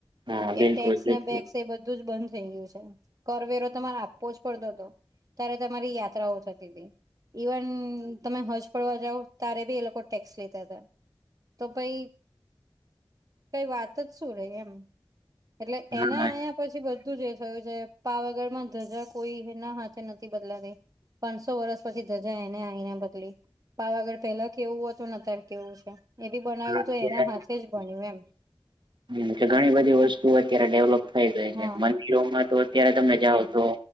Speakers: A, on the right (about 60°); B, on the right (about 40°).
A: હા, બિલકુલ
B: એ ટેક્સ
A: બિલકુલ
B: ના બેગસ એ બધું જ બંધ થઈ ગયું છે કરવેરો તમારે આપવો જ પડતો હતો ત્યારે તમારી યાત્રાઓ થતી ગઈ ઈવન તમે હજ પડવા જાાવ ત્યારે બી એ લોકો ટેક્સ લીતા હતા તો પહિ કઈ વાત જ શું રે એમ એટલે
A: હા
B: એના આયા પછી બ ધું જે થયું છે પાવાગઢમાં ધજા કોઈ એના હાથે નથી બદલાતી. પાંચસો વર્ષ પછી ધજા એને આઈને બદલી. પાવાગઢ પહેલા કેવું હતું ને અત્યારે કેવું છે. એ બી બનાવ્યું
A: હા
B: તો એના હાથે જ બન્યું એમ
A: કે ઘણી બધી વસ્તુ અત્યારે ડેવલોપ થઈ જાય
B: હા
A: છે મંદિરોમાં તો અત્યારે તમે જાઓ તો